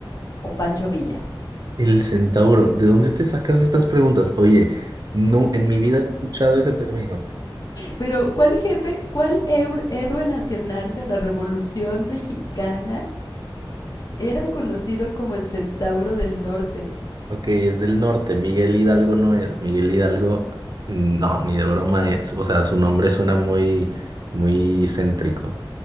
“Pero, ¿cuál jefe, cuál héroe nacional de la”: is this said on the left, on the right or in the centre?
Left